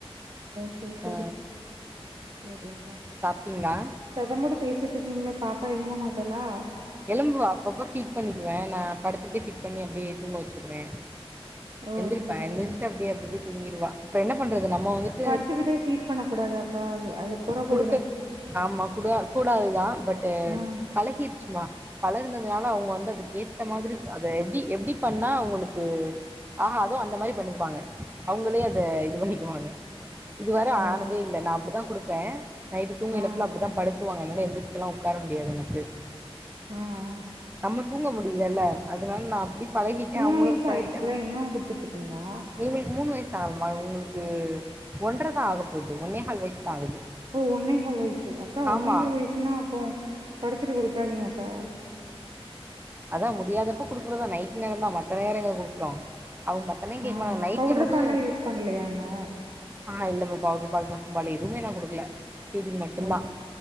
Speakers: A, on the right; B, on the right.
A: செரி செரி
B: ஆ
A: செரித்தா
B: சாப்ட்டீங்களா
A: சதம்பூட பேசிட்டு இருக்கீங்களா பாப்பா எழுப மாட்டாளா
B: எலும்புவா அப்ப அப்ப ஃபீட் பண்ணிடுவே நா படுத்துட்டே ஃபீட் பண்ணி அப்டியே தூங்க வச்சிருவே
A: ஓ
B: எந்திரிப்பா
A: சேரி
B: எந்துஞ்சு
A: சேரி
B: அப்டியே அப்டிஅப்டி தூங்கிடுவா அப்புறோ என்ன பண்றது நம்ம வந்துட்
A: படுத்துக்கிட்டே ஃபீட் பண்ண கூடாதாக்கா அது அது புற
B: குடுக்க
A: போயிரு
B: ஆமா குடோ கூடாதுதா பட்டு
A: ம்
B: பழகி கிச்சுமா பலர்னதுனால அவுங்க வந்து அதுக்கு ஏத்த மாதிரி அத எப்டி எப்டி பண்ணா அவுங்களுக்கு ஆஹா அது அந்த மாரி பண்ணிப்பாங்க அவுங்களே அத இது பண்ணிக்குவாங்க இதுவர
A: ஓ
B: ஆனதே இல்ல நா அப்டிதா குடுப்பே நைட்டு தூங்கியல
A: ஆ
B: ஃபுல்லா அப்டிதா படுத்துவாங்க அதனால எந்திரிச்ச லா உக்கார முடியாது எனக்கு
A: ஹம்
B: நம்ம தூங்க முடியலல்ல அதனால நா அப்டி பழகிட்டே
A: மூணு
B: அவுங்களு
A: வயசு
B: பழகிட்டாங்க
A: ஆயிடுச்சுல இன்னு குடுத்துட்டு இருக்கீங்களா
B: நீங்களுக்கு மூணு வயஸ் ஆமா இவ்ங்களுக்கு ஒன்றதா ஆக போது ஒன்னேகால் வயசு தா ஆகுது
A: ஓ ஒன்னேகாள் வயசு அக்கா
B: ஆமா
A: ஒன்னேகாள் வயசுனா அப்போ படுத்துட்டு கொடுக்காதீங்க அக்கா
B: அதா முடியாதப்போ கொடுக்குறதா நைட் நேரோ தா மத்த நேரோ எங்கே கொடுக்குறோ அவுங்க தன்னே கேக்த
A: ஆ
B: வேனா நைட்ல
A: பவுடர்
B: மட்டு
A: பால்லா யூஸ் பண்லையா இன்னு
B: ஆ இல்லமா பவுடர் பால் பசும் பால் எதுமே நா கொடுக்கல பிடிங் மட்டுந்தா
A: ஓ